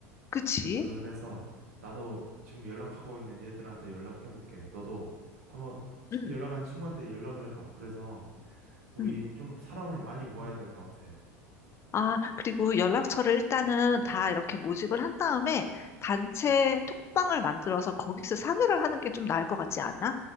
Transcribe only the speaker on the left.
그치?
음.
음.
아, 그리고 연락처를 일단은 다 이렇게 모집을 한 다음에 단체 톡방을 만들어서 거기서 상의를 하는 게 좀 나을 것 같지 않아?